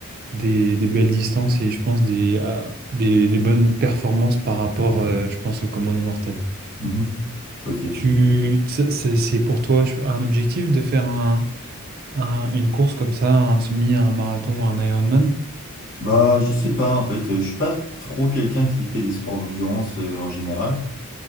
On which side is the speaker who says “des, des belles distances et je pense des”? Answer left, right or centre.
Right